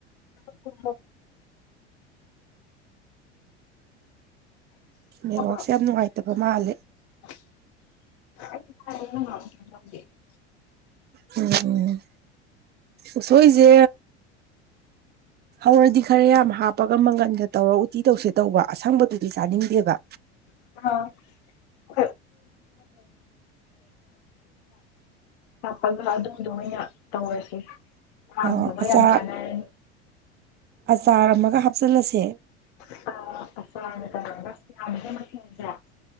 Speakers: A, on the left; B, on the right.
A: <inaudible> <inaudible>
B: ꯅꯦꯠꯋꯥꯛꯁꯦ ꯌꯥꯝ ꯅꯨꯡꯉꯥꯏꯇꯕ ꯃꯥꯜꯂꯦ
A: <inaudible>
B: ꯎꯝ ꯎꯁꯣꯏꯖꯦ ꯍꯧꯔꯗꯤ ꯈꯔ ꯌꯥꯝ ꯍꯥꯞꯄꯒ ꯃꯪꯒꯟꯒ ꯇꯧꯔꯒ ꯎꯇꯤ ꯇꯧꯁꯦ ꯇꯧꯕ ꯑꯁꯪꯕꯗꯨꯗꯤ ꯆꯥꯅꯤꯡꯗꯦꯕ꯫
A: <inaudible> ꯍꯥꯞꯄꯒ ꯑꯗꯨꯝꯕꯗꯣ ꯑꯣꯏꯅ ꯇꯧꯔꯁꯦ ꯄꯥꯝꯗꯕ
B: ꯑ ꯑꯆꯥ
A: ꯌꯥꯝ ꯆꯥꯟꯅꯔꯅꯤ꯫
B: ꯑꯆꯥꯔ ꯑꯃꯒ ꯍꯥꯞꯆꯤꯜꯂꯁꯦ꯫
A: <inaudible>